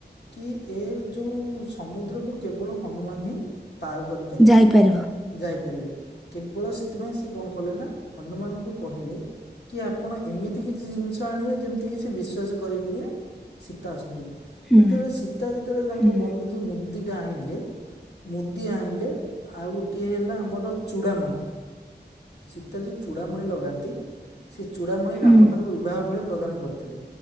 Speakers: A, on the left; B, in the centre.
A: କି ଏ ଯୋଉଁ ସମୁଦ୍ରକୁ କେବଳ ହନୁମାନ ହିଁ ପାର କରିପାରିବେ
B: ଯାଇପାରିବ
A: ଯାଇପାରିବେ। କେବଳ ସେଥିପାଇଁ ସେ କଣ କଲେ ନା ହନୁମାନଙ୍କୁ କହିଲେ କି ଆପଣ ଏମିତି କିଛି ଜିନିଷ ଆଣିବେ ଯେମିତି କିି ସେ ବିଶ୍ୱାସ କରିପାରିବେ ସୀତା ଅଛନ୍ତି ବୋଲି
B: ହୁଁ
A: ଯେତେବେଳେ ସୀତା ଯେତେବେଳେ ତାଙ୍କ
B: ହୁଁ
A: ବନରେ ଯେଉଁ ମୁଦିଟା ଆଣିଲେ ମୁଦି ଆଣିଲେ ଆଉ ଗୋଟିଏ ହେଲା ଆମର ଚୂଡ଼ାମଣି ସୀତା ଯେଉଁ ଚୂଡ଼ାମଣି ଲଗାନ୍ତି। ସେ ଚୂଡ଼ାମଣି ରାମ
B: ହୁଁ
A: ତାଙ୍କୁ ବିବାହ ବେଳେ ପ୍ରଦାନ କରିଥିଲେ